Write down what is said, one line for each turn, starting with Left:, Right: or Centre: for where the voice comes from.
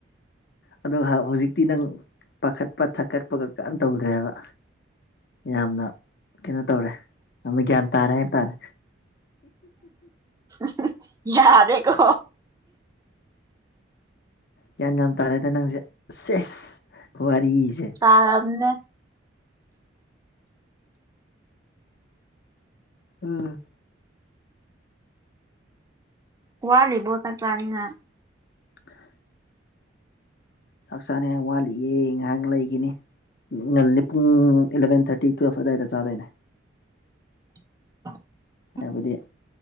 Left: ꯑꯗꯨꯒ ꯍꯥ ꯍꯧꯖꯤꯛꯇꯤ ꯅꯪ ꯄꯥꯈꯠꯄ ꯊꯛꯀꯠꯄꯒ ꯀꯦꯝ ꯇꯧꯗ꯭ꯔꯦꯕ ꯌꯥꯝꯅ ꯀꯩꯅꯣ ꯇꯧꯔꯦ ꯌꯥꯝꯅ ꯒ꯭ꯌꯥꯟ ꯇꯥꯔꯦ ꯍꯥꯏ ꯇꯥꯔꯦ
Right: <unintelligible> ꯌꯥꯔꯦꯀꯣ
Left: ꯒ꯭ꯌꯥꯟ ꯌꯥꯝ ꯇꯥꯔꯦꯗ ꯅꯪ ꯍꯧꯖꯤꯛ ꯁꯦꯁ ꯋꯥꯔꯤꯁꯦ
Right: ꯇꯥꯔꯝꯅꯦ
Left: ꯎꯝ
Right: ꯋꯥꯠꯂꯤꯕꯣ ꯆꯥꯛ ꯆꯥꯅꯤꯉꯥꯏ
Left: <inaudible> ꯆꯥꯛ ꯆꯥꯅꯤꯉꯥꯏ ꯋꯥꯠꯂꯤꯌꯦ ꯉꯥꯏꯍꯥꯛ ꯂꯩꯒꯤꯅꯤ ꯉꯜꯂꯤ ꯄꯨꯡ ꯏꯂꯚꯦꯟ ꯊꯔꯇꯤ ꯇꯨꯋꯦꯜꯐ ꯑꯗꯥꯏꯗ ꯆꯥꯗꯣꯏꯅꯦ
Right: <inaudible>
Left: ꯍꯥꯏꯕꯗꯤ